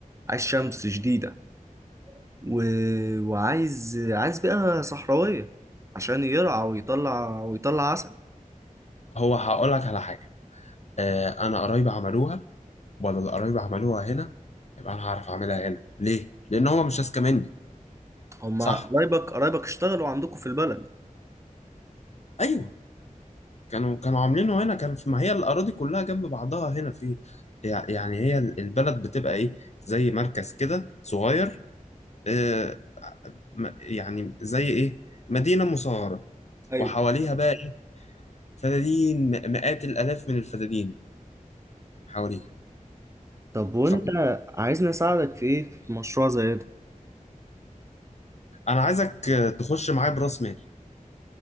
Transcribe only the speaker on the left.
هو هقول لك على حاجه آه انا قرايبي عملوها ولا اللي قرايبي عملوها هنا يبقى انا هعرف اعملها هنا ليه لان هما مش اذكى مني
صح
ايوه كانوا كانوا عاملينه هنا كان في ما هي الاراضي كلها جنب بعضها هنا في يع- يعني هي البلد بتبقى ايه زي مركز كده صغير آه م- يعني زي ايه مدينه مصغره
وحواليها بقى ايه فدادين مئات الالاف من الفدادين حواليها
خلاص
انا عايزك آه، تخش معايا براس مال.